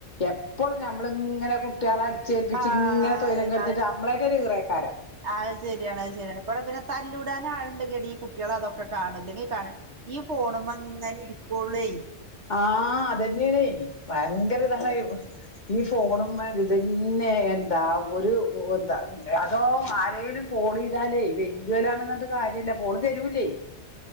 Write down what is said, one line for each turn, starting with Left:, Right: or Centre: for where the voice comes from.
Left: എപ്പൊളും നമ്മള് ഇങ്ങനെ കുട്ടികളെ അടിച്ചേൽപ്പിച്ച്
Right: ആഹ്
Left: ഇങ്ങനെ തൊയ്രം കെടുത്തിട്ട്
Right: അത്
Left: നമ്മളെകൊരു ഈറൈക്കാരം
Right: അത് ശരിയാണ് അത് ശരിയാണ് ബടെ പിന്നെ തല്ലൂടാൻ ആളുണ്ടെങ്കി എടീ കുട്ടികളാ അതൊക്കെ കാണല് ല്ലെങ്കി കാണ ഈ ഫോണ് മ്മെങ്ങനെ ഇരിക്കള്ളൂ
Left: ആ അതന്നെയണ് ഭയങ്കര ഇതാണ് ഈ ഫോണ് മ്മേ ഇതന്നെ എന്താ ഒരു എന്താ അതോ ആരേലും ഫോണ്യ്താലേ വെല്യുവനാണെന്ന് റഞ്ഞിട്ട് കാര്യല്ല ഫോണ് തരൂല്ലേ